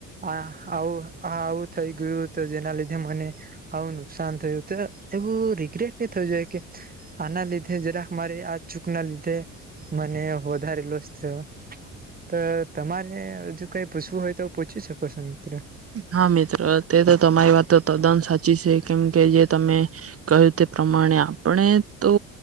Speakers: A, on the right; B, on the right.
A: આ આવું આ આવું થઈ ગયું તો જેના લીધે મને આવું નુકસાન થયું તો એવું રિગ્રેટ ન થું જોઈ કે. આના લીધે જરાક મારે આ ચૂક ના લીધે મને વધારે લોસ થયો તો તમારે હજ કઈ પૂછવું હોય તો પૂછી શકો છો મિત્ર.
B: હા મિત્ર તે તો તમારી વાત તો તદ્દન સાચી છે કેમ કે જે તમે કહ્યું તે પ્રમાણે આપણે તો